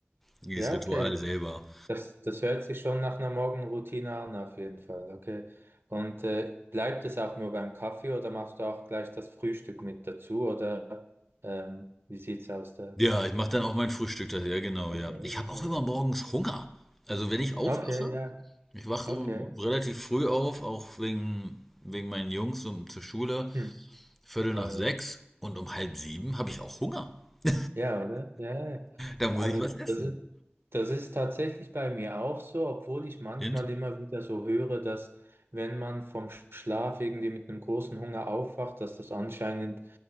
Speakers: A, in the centre; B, on the right (about 60°).
A: Dieses
B: Ja,
A: Ritual
B: okay.
A: selber.
B: Das, das hört sich schon nach einer Morgenroutine an, auf jeden Fall. Okay. Und äh, bleibt es auch nur beim Kaffee oder machst du auch gleich das Frühstück mit dazu? Oder ähm, wie sieht's aus da?
A: Ja, ich mache dann auch mein Frühstück. Das, ja, genau,
B: Okay,
A: ja. Ich habe
B: okay,
A: auch immer
B: okay.
A: morgens Hunger. Also wenn ich aufwache,
B: Okay, ja,
A: ich wache
B: okay.
A: ähm, relativ früh auf, auch wegen, wegen meinen Jungs um, zur Schule,
B: Hm,
A: Viertel
B: glaube
A: nach sechs
B: ich.
A: und um halb sieben habe ich auch Hunger. <laughs>
B: Ja, oder? Ja, ja.
A: Da muss
B: Also
A: ich was essen.
B: das ist, das ist tatsächlich bei mir auch so, obwohl ich manchmal
A: Int-
B: immer wieder so höre, dass wenn man vom Schlaf irgendwie mit einem großen Hunger aufwacht, dass das anscheinend